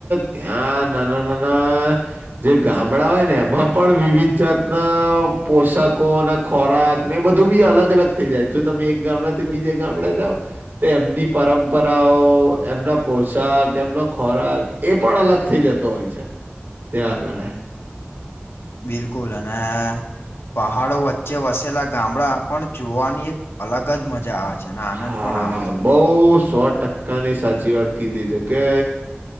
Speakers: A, on the right; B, on the left.
A: ત્યાં નાના નાના જે ગામડા હોય ને એમાં પણ વિવિધ જાત ના પોષાકો અને ખોરાક ને એ બધું બી અલગ અલગ થઈ જાય જો તમે એક ગામડાથી બીજે ગામડે જાઓ તો એમની પરંપરાઓ એમના પોશાક એમનો ખોરાક એ પણ અલગ થઈ જતો હોય છે ત્યાં આગળ.
B: બિલકુલ અને આ પહાડો વચ્ચે વસેલા ગામડા પણ જોવાની એક અલગ જ મજા આવે. અને આનંદ
A: હા
B: પણ આવે છે.
A: બહુ સો ટકા ની સાચી વાત કીધી છે કે